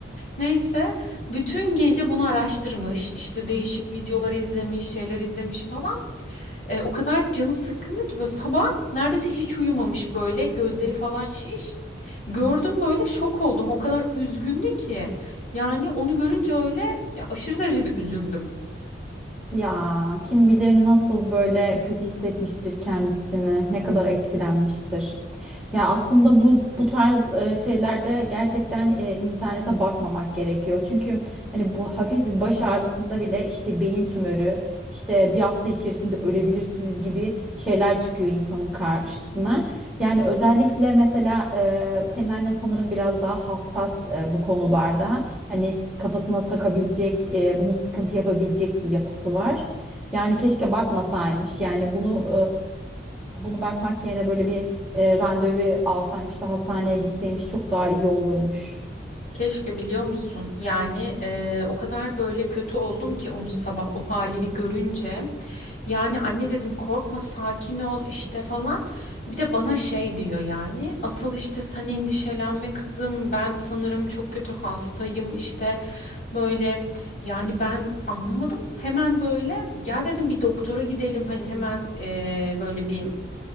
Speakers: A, on the left (about 40°); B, in the centre.
A: neyse bütün gece bunu araştırmış işte değişik videoları izlemiş şeyler izlemiş falan. E, o kadar canı sıkkındı ki böyle sabah neredeyse hiç uyumamış böyle gözleri falan şiş. Gördüm böyle şok oldum. O kadar üzgündü ki. Yani onu görünce öyle ya aşırı derecede üzüldüm.
B: Ya kim bilir nasıl böyle kötü hissetmiştir kendisini, ne kadar etkilenmiştir. Ya aslında bu bu tarz e, şeylerde gerçekten e, internete bakmamak gerekiyor. Çünkü hani bu hafif bir baş ağrısında bile işte beyin tümörü, işte bir hafta içerisinde ölebilirsiniz gibi şeyler çıkıyor insanın karşısına. Yani özellikle mesela e, senin annen sanırım biraz daha hassas e, bu konularda hani kafasına takabilecek, e, bunu sıkıntı yapabilecek bir yapısı var. Yani keşke bakmasaymış. Yani bunu e, bunu bakmak yerine böyle bir e, randevu alsaymış da hastaneye gitseymiş çok daha iyi olurmuş.
A: Keşke biliyor musun? Yani eee, o kadar böyle kötü oldum ki onu sabah o halini görünce. Yani anne dedim korkma sakin ol işte falan. Bir de bana şey diyor yani asıl işte sen endişelenme kızım ben sanırım çok kötü hastayım işte böyle. Yani ben anlamadım hemen böyle gel dedim bir doktora gidelim hani hemen eee, böyle bir